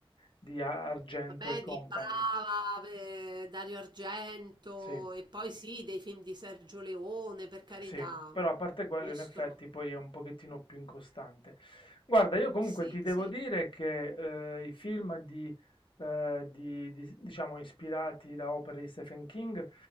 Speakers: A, on the left; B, on the right.
A: di Argento
B: Vabbè,
A: e Company.
B: di Bava, eh, Dario Argento
A: Sì.
B: e poi sì, dei film di Sergio Leone, per carità,
A: Sì, però
B: un
A: a parte
B: un
A: quello,
B: mostro.
A: in effetti, poi è un pochettino più incostante. Guarda,
B: Mhmm,
A: io comunque
B: sì,
A: ti
B: Okay.
A: devo
B: sì.
A: dire che eh, i film di, eh, di- di- diciamo, ispirati da opere di Stephen King